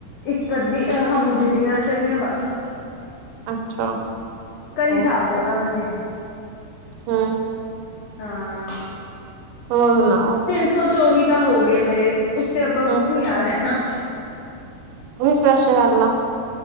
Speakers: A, on the left (about 80°); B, on the right (about 90°).
A: ਇੱਕ ਅੱਧੀ ਅਹ ਹਮੂ ਦੀਦੀ ਨਾਲ ਕਰੀ ਆ ਬਸ
B: ਅੱਛਾ।
A: ਘਰੇ ਨ
B: ਓਕੇ
A: ਸਾਰ ਲੈ
B: ਓਕੇ
A: ਤ ਮੰਨੇ
B: ਹੂੰ
A: ਹਾਂ
B: ਹੋਰ ਸੁਣਾ
A: ਤਿੰਨ ਸੌ ਚੌਵੀ ਤਾਂ ਹੋ ਗਏ ਮੇਰੇ ਉਸ ਤੇ ਅੱਗੋ ਕੁਛ
B: ਹੂੰ
A: ਨੀ ਆ ਰਿਹਾ
B: ਰੀ ਫਰੈਸ਼ ਕਰ ਲਾ